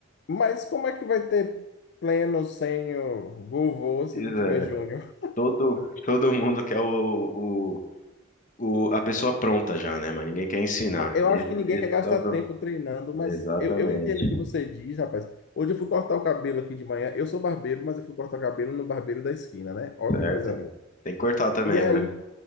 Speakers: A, on the left; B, on the left.
A: Mas como é que vai ter pleno, sênior, vovô,
B: Pois
A: se não tiver
B: é,
A: júnior?
B: todo, todo mundo quer o, o, o- a pessoa pronta já, né? Mas ninguém quer ensinar.
A: Ah, Eu
B: Esse,
A: acho que ninguém
B: esse
A: quer gastar
B: que tá o pro...
A: tempo treinando,
B: Exatamente,
A: mas eu, eu entendo o que você diz, rapaz. Hoje eu fui cortar o cabelo aqui de manhã. Eu sou barbeiro, mas eu fui cortar o cabelo no barbeiro da esquina, né? Ó
B: certo?
A: que coisa linda.
B: Tem que cortar também,
A: E aí,
B: né?